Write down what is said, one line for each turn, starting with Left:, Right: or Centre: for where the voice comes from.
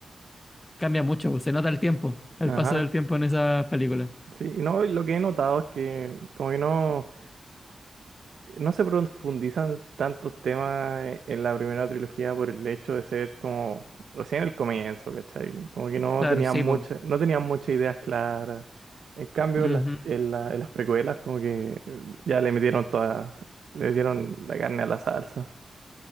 Left: cambia mucho, po. Se nota el tiempo, el
Right: ajá.
Left: paso del tiempo en esas películas.
Right: Sí, y no, y lo que he notado es que como que no, no se profundizan tantos temas en la primera trilogía por el hecho de ser como recién el comienzo, ¿cachai? Como que no
Left: Claro,
Right: tenían
Left: sí,
Right: muchas,
Left: po.
Right: no tenían muchas ideas claras. En cambio,
Left: Ujú.
Right: en las, en la- en las precuelas como que eh, ya le metieron toda, le dieron la carne a la salsa.